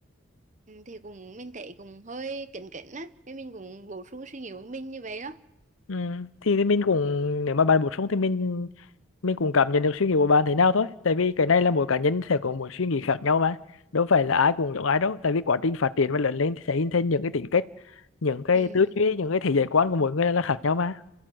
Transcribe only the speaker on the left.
Ừ. Thì, thì mình cũng nếu mà bạn bổ sung thì mình mình cũng cảm nhận được suy nghĩ của bạn thế nào thôi tại vì cái này là mỗi cá nhân sẽ có một suy nghĩ khác nhau mà đâu phải là ai cũng giống ai đâu tại vì quá trình phát triển và lớn lên thì sẽ hình thành những cái tính cách những cái
tư duy những cái thế giới quan của mỗi người là khác nhau mà